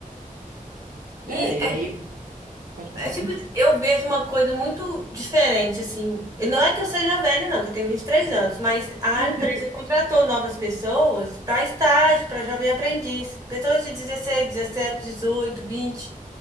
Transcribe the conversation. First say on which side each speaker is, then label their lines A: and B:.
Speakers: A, on the right; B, on the right.
A: e
B: é, e aí, pode falar.
A: É tipo, eu vejo uma coisa muito diferente, assim. E Não é que eu seja velha, não, que eu tenho 23 anos, mas a
B: <laughs>
A: empresa contratou novas pessoas para estágio, para jovem aprendiz, pessoas de dezesseis dezessete dezoito vinte